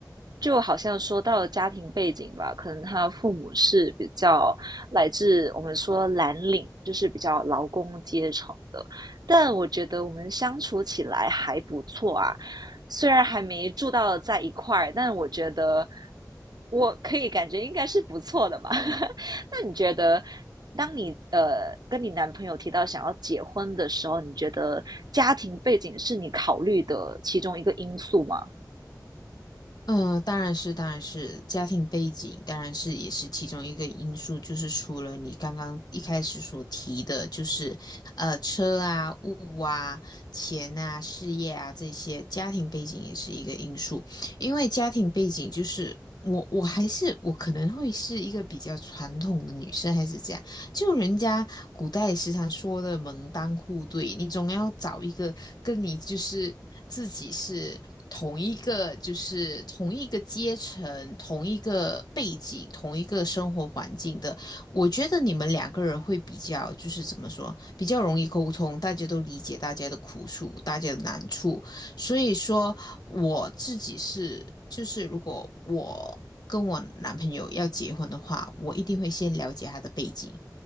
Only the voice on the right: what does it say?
就好像说到家庭背景吧，可能他父母是比较来自我们说蓝领，就是比较劳工阶层的，但我觉得我们相处起来还不错啊。虽然还没住到在一块儿，但我觉得我可以感觉应该是不错的嘛。<laughs> 那你觉得当你呃跟你男朋友提到想要结婚的时候，你觉得家庭背景是你考虑的其中一个因素吗？